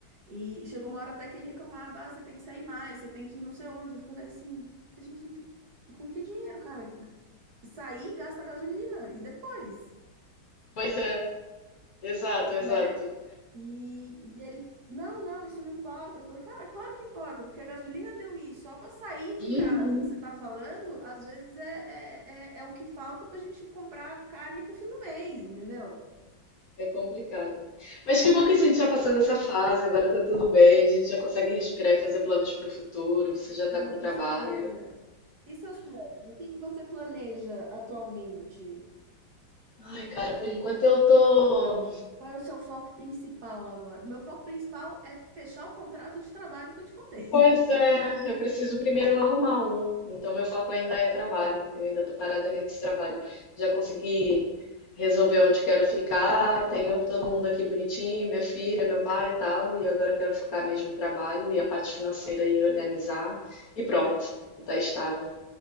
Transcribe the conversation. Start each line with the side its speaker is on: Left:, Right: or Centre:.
Right: E chegou uma hora até que ele reclamava, ah, você tem que sair mais, você tem que ir não sei onde. Eu falei assim, a gente não tem... com que dinheiro, cara? G- Sair, gasta gasolina e depois,
Left: Pois é, exato, exato.
Right: né? E, e ele, não, não, isso não importa. Eu falei, cara, claro que importa, porque a gasolina deu isso. Só para sair de
Left: Uhum.
Right: casa que você tá falando, às vezes é, é, é, é o que falta pra gente comprar carne pro fim do mês, entendeu?
Left: É complicado. Mas que bom que a gente já passou dessa fase, agora tá tudo bem, a gente já consegue respirar e fazer planos pro futuro, você já tá
Right: Ah, não,
Left: com
Right: com
Left: trabalho.
Right: certeza. E seus planos? O que que você planeja atualmente?
Left: Ai, cara, por enquanto eu tô.
Right: Qual é o seu foco principal agora? Meu foco principal é fechar o contrato de trabalho que eu te contei.
Left: Pois
Right: <laughs>
Left: é, eu preciso primeiro arrumar um. Então meu foco ainda é trabalho. Eu ainda tô parada nesse trabalho. Já consegui resolver onde quero ficar, tenho todo mundo aqui bonitinho, minha filha, meu pai e tal, e agora eu quero focar mesmo no trabalho e a parte financeira e organizar e pronto, tá estável.